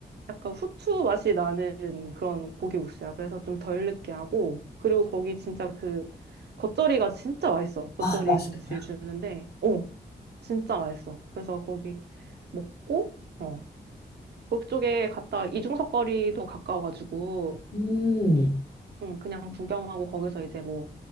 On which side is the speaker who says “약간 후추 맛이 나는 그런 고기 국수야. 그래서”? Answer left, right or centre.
Right